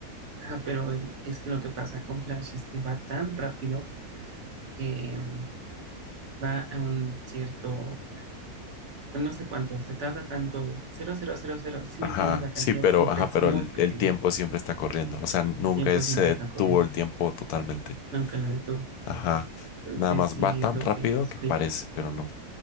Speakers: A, on the right; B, on the left.
A: ah, pero el- es que lo que pasa con Flash es que va tan rápido que mm, va a un cierto, no sé cuánto, se tarda tanto, cero cero cero cero si
B: Ajá,
A: me entiendes, la cantidad
B: sí, pero,
A: siempre
B: ajá,
A: es
B: pero
A: muy
B: el,
A: pequeña,
B: el tiempo siempre está corriendo. O sea, nunca
A: el tiempo
B: es-
A: siempre
B: se detuvo
A: está corriendo,
B: el tiempo totalmente.
A: nunca lo detuvo.
B: Ajá.
A: Entonces,
B: Nada más va
A: sí
B: tan
A: es lo
B: rápido
A: que te explico.
B: que parece, pero no.